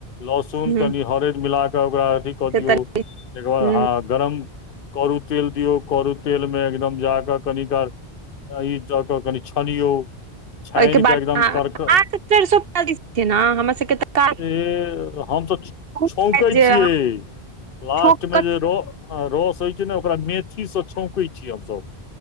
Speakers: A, on the left; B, on the right.
A: लहसुन
B: हूँ
A: कनि हरद मिला क ओकरा अथी क
B: से
A: दियऔ
B: तऽ
A: तकर बाद
B: हूँ
A: हंँ गरम करू तेल दियऔ करु तेल मे एकदम जाकर कनिकार ई जाक कनि छानियों छैयन
B: ओहिके
A: के
B: बाद
A: एकदम
B: अहाँ
A: करक
B: अहाँ सब चरि सुपौल दिस छियै ने हमरा सबके तऽ
A: ऐ हम त
B: काज
A: छौकै
B: जे
A: छियै
B: अहाँ
A: लास्टमे
B: ठोक
A: जे र रस होइ छै ने ओकरा मेथीसँ छौकै छियै हमसभ